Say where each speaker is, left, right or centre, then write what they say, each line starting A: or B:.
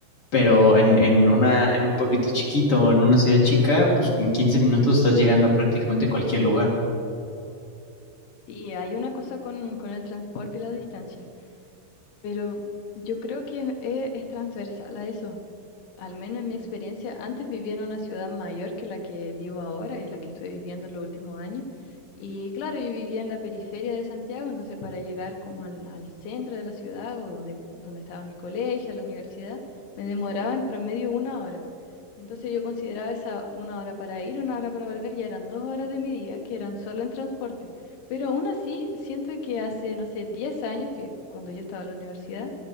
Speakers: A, on the left; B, on the left.
A: Pero en, en una, en un pueblito chiquito, en una ciudad chica, pues en 15 minutos estás llegando a prácticamente cualquier lugar.
B: Sí, hay una cosa con, con el transporte y la distancia. Pero yo creo que es, es transversal a eso. Al menos en mi experiencia, antes vivía en una ciudad mayor que la que vivo ahora y la que estoy viviendo en los últimos años. Y claro, yo vivía en la periferia de Santiago, entonces para llegar como al, al centro de la ciudad o donde, donde estaba mi colegio, la universidad, me demoraba en promedio una hora. Entonces yo consideraba esa una hora para ir, una hora para volver, ya eran dos horas de mi día que eran solo en transporte. Pero aún así, siento que hace, no sé, 10 años, que cuando yo estaba en la universidad,